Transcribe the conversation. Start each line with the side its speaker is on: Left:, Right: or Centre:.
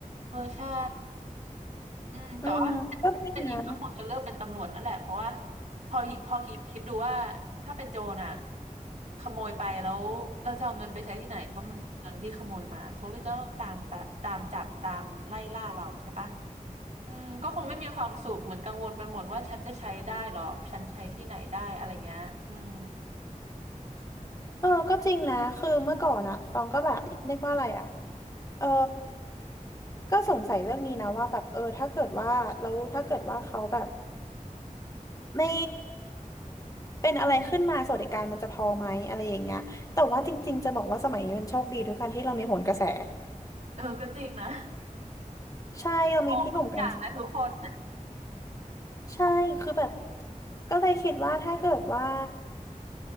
Right: เออใช่อืมแต่ว่า
Left: อืมก็จริงนะ
Right: ถ้าเป็นอีกก็คงจะเลือกเป็นตำรวจนั่นแหละเพราะว่าพอพอคิดคิดดูว่าถ้าเป็นโจรอ่ะขโมยไปแล้วเราจะเอาเงินไปใช้ที่ไหนเพราะมันเป็นเงินที่ขโมยมาเขาก็จะต้องตามตามตามจับตามไล่ล่าเราใช่ปะอืมก็คงไม่มีความสุขเหมือนกังวลไปหมดว่าฉันจะใช้ได้หรอฉันใช้ที่ไหนได้อะไรเงี้ยอืม
Left: เออก็จริงนะคือเมื่อก่อนอะตองก็แบบเรียกว่าอะไรอะเออก็สงสัยเรื่องนี้นะว่าแบบเออถ้าเกิดว่าแล้วถ้าเกิดว่าเขาแบบ ไม่เป็นอะไรขึ้นมาสวัสดิการมันจะพอไหมอะไรอย่างเงี้ยแต่ว่าจริงๆจะบอกว่าสมัยนี้มันโชคดีด้วยกันที่เรามีโหนกระแส
Right: เออก็จริงนะ
Left: ใช่เรามีพี่หนุ่มกรรชัย
Right: <laughs> มองทุกอย่างนะทุกคน
Left: ใช่คือแบบก็เลยคิดว่าถ้าเกิดว่า